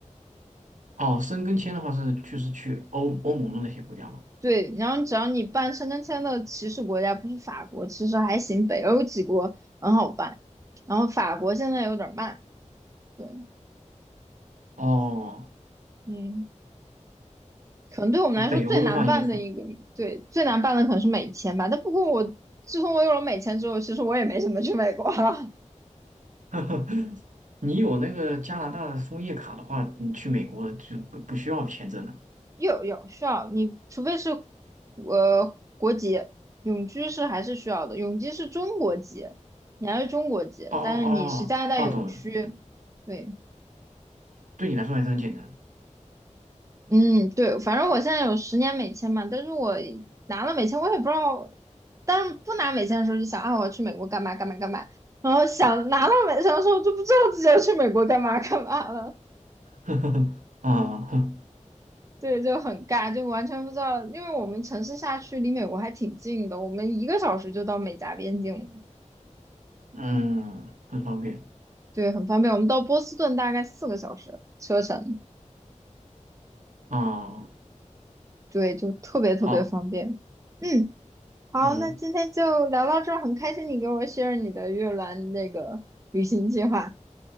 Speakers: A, on the right; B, on the right.
A: 哦，申根签的话是就是去欧欧盟的那些国家嘛。
B: 对，然后只要你办申根签的起始国家不是法国，其实还行，北欧几国很好办。然后法国现在有点慢。对，
A: 哦，
B: 嗯。可能对我们来说最难办的一个，
A: 北欧的话也很，
B: 对，最难办的可能是美签吧。但不过我自从我有了美签之后，其实我也没怎么去美国了。
A: <laughs> 你有那个加拿大的枫叶卡的话，你去美国就不不需要签证了。
B: <laughs> 有有需要你，除非是呃国籍，永居是还是需要的。永居是中国籍，你还是中国籍，
A: 哦哦哦哦，
B: 但是你是加拿大永居，
A: 懂了，
B: 对。
A: 对你来说还是很简单。
B: 嗯，对，反正我现在有十年美签嘛，但是我拿了美签，我也不知道，但是不拿美签的时候就想啊，我要去美国干嘛干嘛干嘛，然后想拿到美签的时候就不知道自己要去美国干嘛干嘛了，
A: <laughs> 啊，哼
B: 对，就很尬，就完全不知道，因为我们城市下去离美国还挺近的，我们一个小时就到美加边境了
A: 嗯，很方便。
B: 对，很方便，我们到波士顿大概四个小时车程，
A: 啊，
B: 对，就特别特别方便，
A: 好，
B: 嗯。好，
A: 嗯，
B: 那今天就聊到这儿，很开心你给我 share 你的越南那个旅行计划。